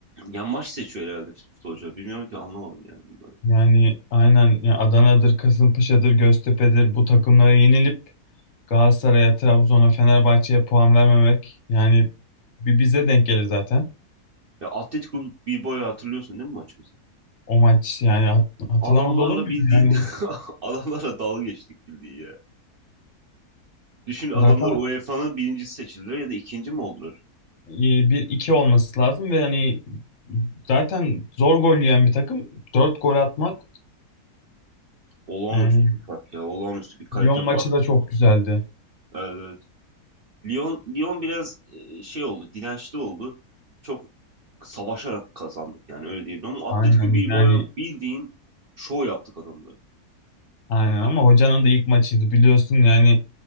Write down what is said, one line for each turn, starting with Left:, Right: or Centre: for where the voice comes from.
Right: ya maç seçiyor herhalde futbolcular. Bilmiyorum ki anlamadım yani bunları.
Left: Yani aynen ya Adana'dır, Kasımpaşa'dır, Göztepe'dir bu takımlara yenilip Galatasaray'a, Trabzon'a, Fenerbahçe'ye puan vermemek yani bir bize denk gelir zaten.
Right: Ya Atletico Bilbao'yu hatırlıyorsun değil mi maçımızı?
Left: O maç yani hat- hatırlamaz
Right: Adamlarla
Left: olur muyum?
Right: bildiği
Left: Yani
Right: <laughs> adamlarla dalga geçtik bildiği Düşün adamlar
Left: zaten
Right: UEFA'nın birincisi seçildiler ya da ikinci mi oldular?
Left: e, bir iki olması lazım ve hani zaten zor gol yiyen bir takım dört gol atmak
Right: Olağanüstü
Left: yani
Right: bir fark ya. Olağanüstü bir kalite
Left: Lyon maçı
Right: farkı.
Left: da çok güzeldi.
Right: Evet. evet. Lyon, Lyon biraz e, şey oldu. Dirençli oldu. Çok savaşarak kazandık yani öyle diyebilirim. Ama
Left: Aynen
Right: Atletico Bilbao'yu
Left: yani
Right: bildiğin şov yaptık adamları.
Left: aynen ama hocanın da ilk maçıydı biliyorsun yani